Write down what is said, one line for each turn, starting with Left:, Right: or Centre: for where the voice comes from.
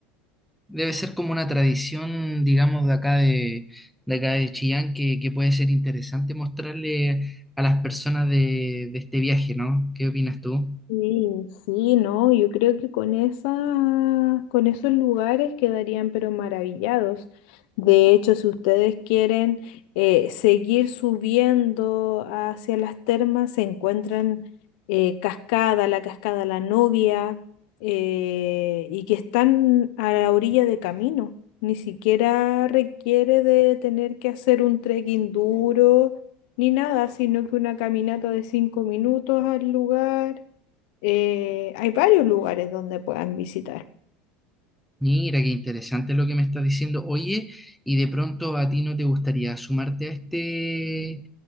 Centre: Debe ser como una tradición, digamos, de acá de, de acá de Chillán, que, que puede ser interesante mostrarle a las personas de, de este viaje, ¿no? ¿Qué opinas tú?
Left: Sí, sí, no, yo creo que con esa, con esos lugares quedarían pero maravillados. De hecho, si ustedes quieren eh, seguir subiendo hacia las termas, se encuentran eh, Cascada, la Cascada La Novia, eh, y que están a la orilla de camino. Ni siquiera requiere de tener que hacer un trekking duro ni nada, sino que una caminata de cinco minutos al lugar eh, hay varios lugares donde puedan visitar.
Centre: Mira, qué interesante lo que me estás diciendo. Oye, y de pronto a ti no te gustaría sumarte a este,